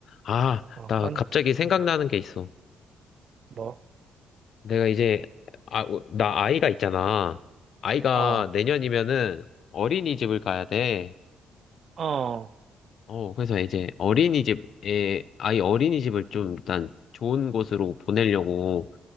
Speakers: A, on the left (about 60°); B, on the right (about 50°).
A: 아,
B: 어,
A: 나
B: 간,
A: 갑자기 생각나는
B: 음,
A: 게 있어.
B: 뭐,
A: 내가 이제, 아, 어, 나 아이가 있잖아. 아이가
B: 아,
A: 내년이면은 어린이집을 가야 돼.
B: 어,
A: 어, 그래서 이제 어린이집에, 아이 어린이집을 좀 일단 좋은 곳으로 보내려고